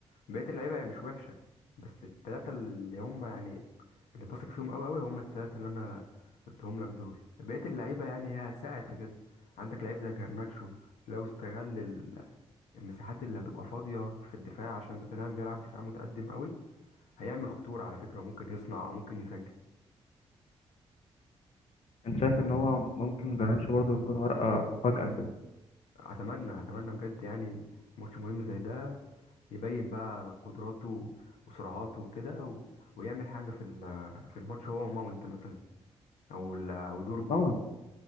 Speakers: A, on the left; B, on the left.
A: بقية اللعيبة هي مش وحشة بس التلاتة اللي هما يعني اللي تثق فيهم أوي أوي هما التلاتة اللي أنا قلتهم لك دول بقية اللعيبة يعني هي هتساعد في كده عندك لعيب زي جرناتشو لو استغل ال- المساحات اللي هتبقى فاضية في الدفاع عشان توتنهام بيلعب دفاع متقدم أوي هيعمل خطورة على فكرة وممكن يصنع وممكن يسجل
B: انت شايف ان هو ممكن جرانش برضه يكون ورقة مفاجأة كده
A: أتمنى أتمنى بجد يعني ماتش مهم زي ده يبين بقى قدراته وسرعاته وكده و... ويعمل حاجة في ال... في الماتش هو وماونت مثلا أو ال... أو دورجو
B: مون